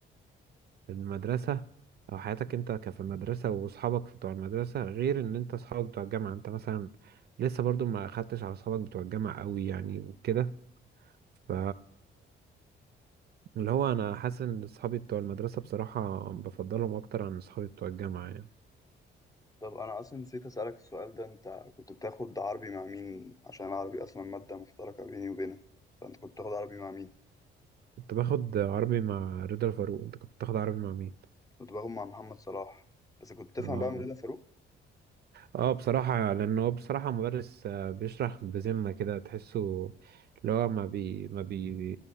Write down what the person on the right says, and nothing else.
المدرسة أو حياتك أنت كفي المدرسة وأصحابك بتوع المدرسة غير إن أنت أصحابك بتوع الجامعة أنت مثلا لسه برضو ما أخدتش على أصحابك بتوع الجامعة أوي يعني وكده ف اللي هو أنا حاسس إن أصحابي بتوع المدرسة بصراحة بفضلهم أكتر عن أصحابي بتوع الجامعة يعني
كنت باخد عربي مع رضا الفاروق أنت كنت بتاخد عربي مع مين؟
آه
اه بصراحة لأنه هو بصراحة مدرس آه، بيشرح بذمة كده تحسه اللي هو ما بي ما بي